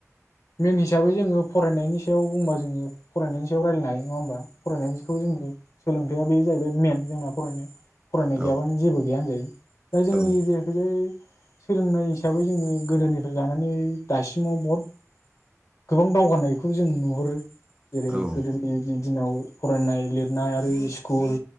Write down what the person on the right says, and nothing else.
औ
औ उम
औ औ उम औ